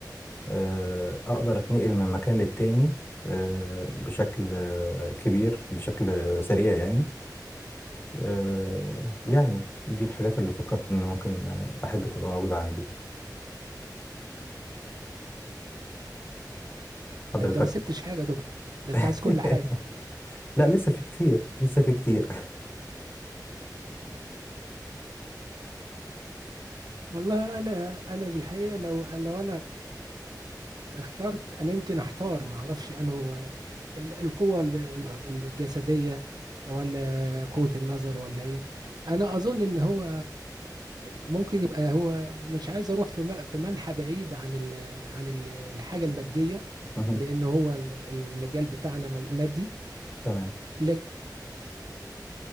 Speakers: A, on the left; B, on the right.
A: آه، اقدر اتنقل من مكان للتاني آه، بشكل آه، كبير بشكل آه، سريع يعني آه، يعني دي الحاجات اللي فكرت ان ممكن احب تبقى موجودة عندي حضرتك
B: ده انت ما سبتش حاجه يا دكتور ده
A: <laughs>
B: انت عايز كل حاجه
A: لا لسه في كتير لسه في كتير
B: والله انا انا بالحقيقه لو لو انا اخترت انا يمكن احتار ما اعرفش انه ال- القوه ال- ال- الجسديه ولا قوه النظر ولا ايه انا اظن ان هو ممكن يبقى هو مش عايز اروح في م- في منحى بعيد عن ال عن ال- الحاجه الماديه
A: مهم.
B: لان هو ال- المجال بتاعنا مج- مادي
A: تمام
B: لكن